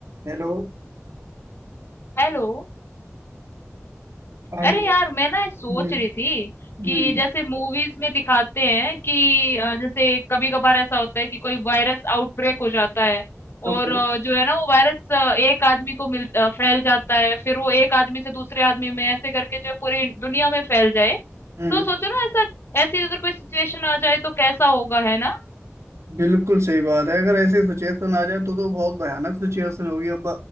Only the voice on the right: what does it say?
Hello
Hello
हम्म
हम्म
Okay
हम्म
बिल्कुल सही बात है अगर ऐसी सिचुएशन आ जाए तो तो बहुत भयानक सिचुएशन होगी अब